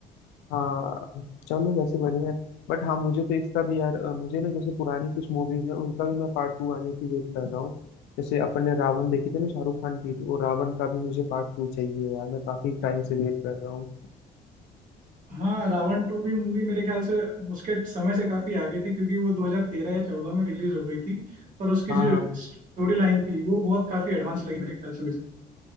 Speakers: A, on the left; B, on the right.
A: हाँ चलो वैसे बढ़िया है बट हाँ मुझे तो इसका भी यार अ, मुझे ना जैसे पुरानी कुछ मूवीज हैं उनका भी मैं पार्ट टू आने की वेट कर रहा हूँ जैसे अपन ने रावण देखी थी ना शाहरुख खान की तो वो रावण का भी मुझे पार्ट टू चाहिए यार मैं काफी टाइम से वेट कर रहा हूँ
B: हाँ रावण टू भी मूवी मेरे ख्याल से उसके समय से काफी आगे थी क्योंकि वो 2013 या 14 में रिलीज हो गई थी पर उसकी
A: हाँ
B: जो
A: हाँ
B: स्टोरी लाइन थी वो बहुत काफी एडवांस लगी मेरे ख्याल से मुझे